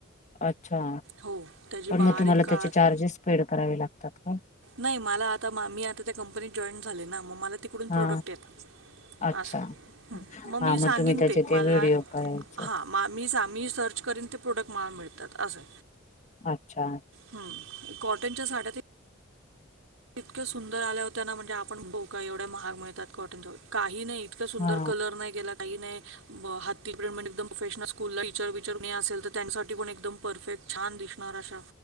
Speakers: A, on the left; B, on the right.
A: अच्छा.
B: हो त्याची
A: पण
B: बारीक
A: मग तुम्हाला
B: काच
A: त्याचे चार्जेस पेड करावे लागतात काय.
B: नाही मला आता मी आता त्या कंपनीत जॉईन झाले ना, मग मला तिकडून
A: हा
B: प्रोडक्ट येतात.
A: अच्छा
B: असं. हं मग मी
A: हा
B: सांगन
A: तुम्ही त्याचे
B: ते. मला
A: व्हिडिओ करायचं
B: हा. मा मी सा मी सर्च करीन ते प्रोडक्ट मला मिळतात असं.
A: अच्छा!
B: हं. कॉटनच्या साड्या ते इतक्या सुंदर आल्या होत्या ना, म्हणजे आपण हो का एवढ्या महाग मिळतात. कॉटन. काही नाही इतका सुंदर
A: हा
B: कलर नाही गेला काही नाही. ब हाती प्रेमेन्ट एकदम प्रोफेशनल स्कूलला टीचर विचर कुणी असेल, तर त्यांसाठी पण एकदम परफेक्ट छान दिसणार अशा.